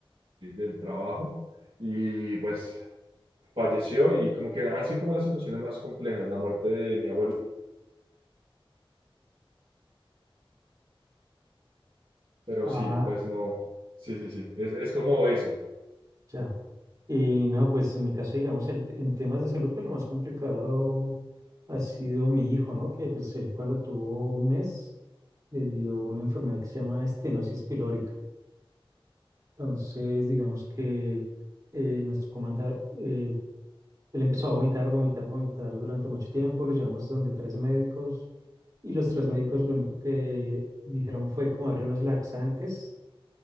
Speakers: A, on the right (about 80°); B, on the right (about 40°).
A: del trabajo y pues falleció y como que han sido como las situaciones más complejas, la muerte de mi abuelo. Pero
B: Ah,
A: sí, pues no. Sí, sí, sí. Es, es como eso.
B: ya. Y no, pues en mi caso, digamos, el te- en temas de salud, pues lo más complicado ha sido mi hijo, ¿no? Que pues él cuando tuvo un mes le dio una enfermedad que se llama estenosis pilórica. Entonces, digamos que eh, nos tocó mandar eh, Él empezó a vomitar, vomitar, vomitar durante mucho tiempo. Lo llevamos a donde tres médicos y los tres médicos lo único que dijeron fue como darle unos laxantes.